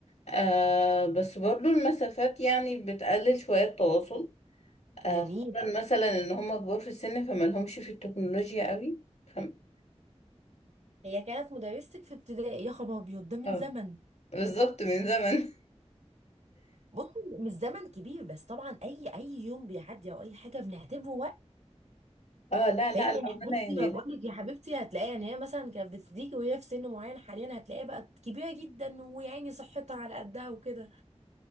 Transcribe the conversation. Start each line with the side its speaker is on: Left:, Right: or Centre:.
Left: آه بس برضو المسافات يعني بتقلل شوية التواصل
Right: جميل
Left: آه خصوصا مثلا ان هم كبار في السن فما لهمش في التكنولوجيا قوي فاهم
Right: هي كانت مدرستك في ابتدائي يا خبر ابيض ده من
Left: اه
Right: زمن
Left: بالظبط من زمن
Right: بص مش زمن كبير بس طبعا اي اي يوم بيعدي او اي حاجه بنعتبره وقت
Left: <laughs> اه لا لا
Right: فهي
Left: الأول
Right: يا حبيبتي
Left: يعني
Right: ما بقول
Left: لا
Right: لك يا حبيبتي هتلاقيها يعني هي مثلا كانت بتديكي وهي في سن معين حاليا هتلاقيها بقت كبيره جدا ويعني صحتها على قدها وكده